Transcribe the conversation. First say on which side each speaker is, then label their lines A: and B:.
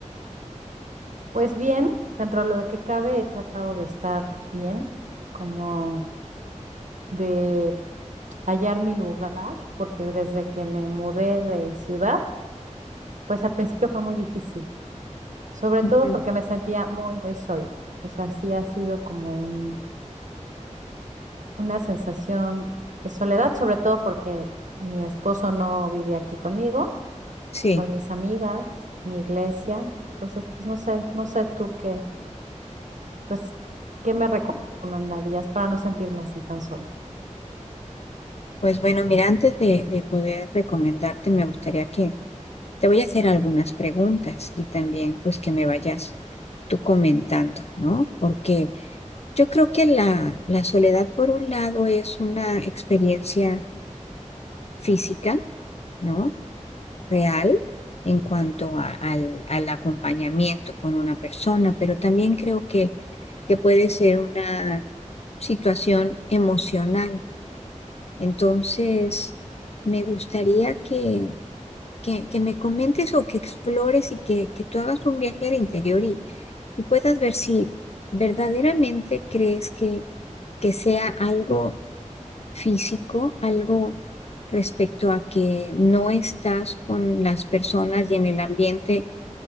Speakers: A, on the right; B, on the left.
A: Pues bien, dentro de lo que cabe, he tratado de estar bien, como de hallar mi lugar, porque desde que me mudé de ciudad, pues al principio fue muy difícil, sobre
B: Ujú.
A: todo porque me sentía muy, muy sola. O sea, sí ha sido como un- una sensación de soledad, sobre todo porque mi esposo no vive aquí conmigo,
B: Sí,
A: por mis amigas, mi iglesia. Entonces, pues no sé, no sé tú qué. pues, ¿qué me recomendarías para no sentirme así tan sola?
B: pues bueno, mira, antes de, de poder recomendarte, me gustaría que te voy a hacer algunas preguntas y también pues que me vayas tú comentando, ¿no? Porque yo creo que la, la soledad, por un lado, es una experiencia física, ¿no? real en cuanto a- al, al acompañamiento con una persona, pero también creo que, que puede ser una situación emocional. Entonces, me gustaría que, que, que me comentes o que explores y que, que tú hagas un viaje al interior y, y puedas ver si verdaderamente crees que, que sea algo físico, algo respecto a que no estás con las personas y en el ambiente